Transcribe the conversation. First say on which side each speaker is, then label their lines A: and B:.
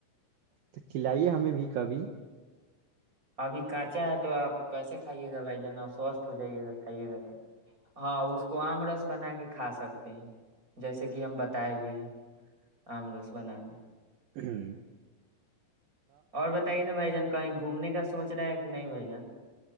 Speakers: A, on the right; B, on the right.
A: تو کھلائیے ہمیں بھی کبھی
B: ابھی کانچا ہے تو آپ کیسے کھائیے گا بھائی ج نا سوستھ ہو جائیے گا کھائیے گا تو ہاں اس کو آم رس بنا کے کھا سکتے ہیں جیسے کہ ہم بتائے بھی ہیں آمرس بنانا
A: ہوں
B: اور بتائیے نا بھائی جان کو کہیں گھومنے کا سوچ رہے ہے کہ نہیں بھ جن